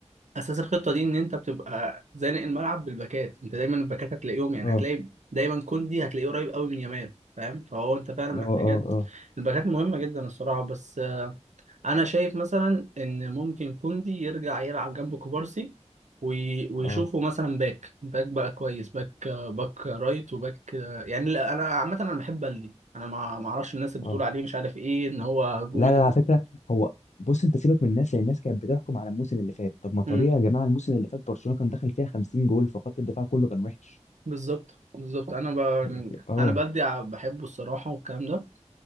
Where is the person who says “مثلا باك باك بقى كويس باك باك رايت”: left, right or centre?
Right